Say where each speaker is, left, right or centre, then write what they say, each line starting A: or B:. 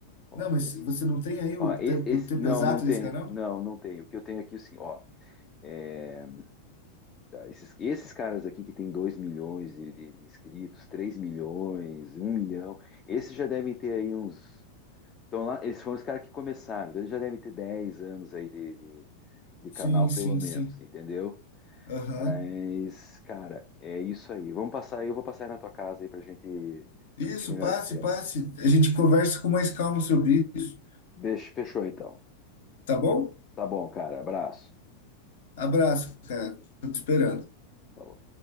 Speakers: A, on the left; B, on the left.
A: Ó,
B: Não, mas
A: tem, uns-
B: você não tem aí o
A: ó, e-
B: tempo,
A: esse,
B: o tempo
A: não,
B: exato
A: não tenho.
B: desse canal?
A: Não, não tenho. O que eu tenho aqui, assim, ó. é, tá, esses, esses caras aqui que tem 2 milhões de, de- de inscritos, 3 milhões, um milhão, esses já devem ter aí uns. Então lá, esses foram os caras que começaram, então eles já devem ter 10 anos aí de, de, de
B: Sim,
A: canal,
B: sim,
A: pelo menos,
B: sim.
A: entendeu?
B: Aham.
A: Mas, cara, é isso aí. Vamos passar aí, eu vou passar aí na tua casa aí pra gente discutir
B: Isso,
A: melhor
B: passe,
A: esse tema.
B: passe. A gente conversa com mais calma sobre isso,
A: Beijo, fechou então.
B: tá bom?
A: Tá bom, cara. Abraço.
B: Abraço, cara. Tô te esperando.
A: Falou.